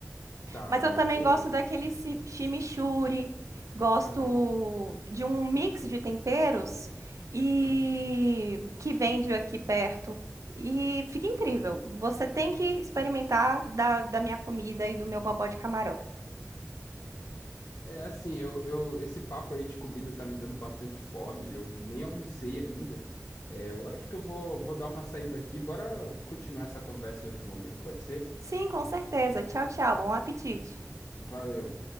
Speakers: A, on the left; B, on the right.
A: Tá,
B: Mas eu
A: não,
B: também
A: beleza.
B: gosto daquele chi- chimichurri, gosto
A: Aham.
B: de um mix de temperos e
A: uhum.
B: que vende aqui perto. E fica incrível. Você tem que experimentar da, da minha comida e do meu bobó de camarão.
A: É assim, eu, eu, esse papo aí de comida tá me dando bastante fome. Eu nem almocei ainda. É, eu acho que eu vou, vou dar uma saída aqui. Bora continuar essa conversa em outro momento, pode ser?
B: Sim, com certeza. Tchau, tchau. Bom apetite.
A: Valeu.